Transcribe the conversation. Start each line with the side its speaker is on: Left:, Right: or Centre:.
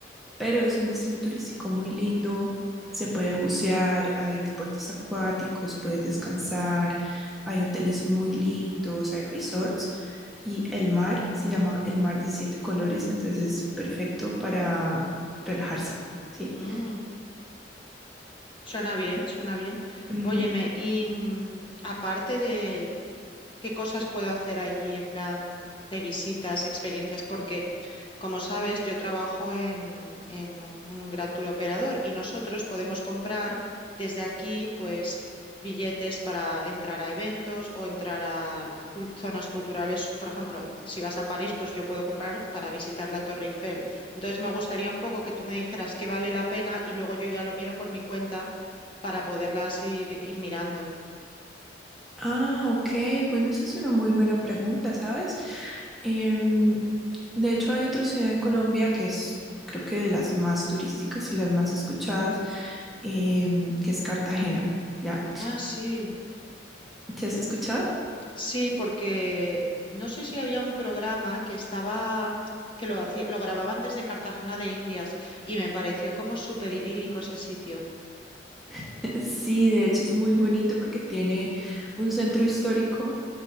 Centre: pero es un destino turístico muy lindo. Se puede bucear, hay deportes acuáticos, puedes descansar, hay hoteles muy lindos, hay resorts y el mar se llama el mar de siete colores, entonces es perfecto para relajarse, ¿sí?
Left: Mm. Suena bien, suena bien.
Centre: Ujú.
Left: Óyeme, y mm, aparte de qué cosas puedo hacer allí en plan de visitas, experiencias, porque como sabes, yo trabajo en, en un gran tour operador y nosotros podemos comprar desde aquí, pues, billetes para entrar a eventos o entrar a cul- zonas culturales. Por ejemplo, si vas a París, pues yo puedo comprar para visitar la Torre Eiffel. Entonces, me gustaría un poco que tú me dijeras qué vale la pena y luego yo ya lo miro por mi cuenta para poderlas ir, ir mirando.
Centre: Ah, ok. Bueno, esa es una muy buena pregunta, ¿sabes? Em, de hecho, hay otra ciudad en Colombia que es, creo que de las más turísticas y las más escuchadas, em, que es Cartagena, ¿ya?
Left: Ah, sí,
Centre: ¿Te has escuchado?
Left: sí, porque no sé si había un programa que estaba, que lo hacía- lo grababan desde Cartagena de Indias y me pareció como súper idílico ese sitio.
Centre: <laughs> Sí, de hecho es muy bonito porque tiene un centro histórico